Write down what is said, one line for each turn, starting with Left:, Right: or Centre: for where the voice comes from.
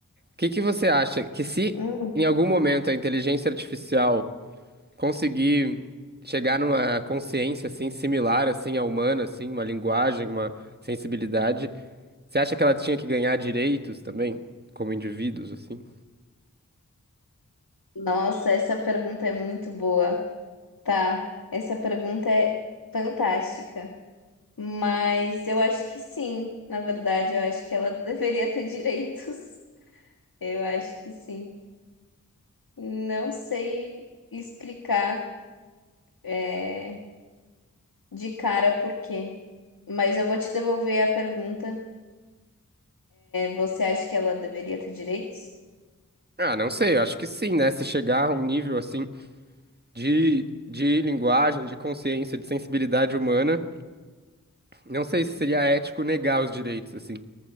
Right: que que você acha que se
Left: hum,
Right: em algum momento a inteligência artificial conseguir chegar numa consciência assim similar assim à humana, assim, uma linguagem, uma sensibilidade, você acha que ela tinha que ganhar direitos também como indivíduos assim?
Left: nossa, essa pergunta é muito boa, tá? Essa pergunta é fantástica. Mas eu acho que sim, na verdade, eu acho que ela <laughs> deveria ter direitos. Eu acho que sim. Não sei explicar, é, de cara por quê. Mas eu vou te devolver a pergunta Você acha que ela deveria ter direitos?
Right: Ah, não sei, eu acho que sim, né? Se chegar a um nível assim de de linguagem, de consciência, de sensibilidade humana, Não sei se seria ético negar os direitos, assim.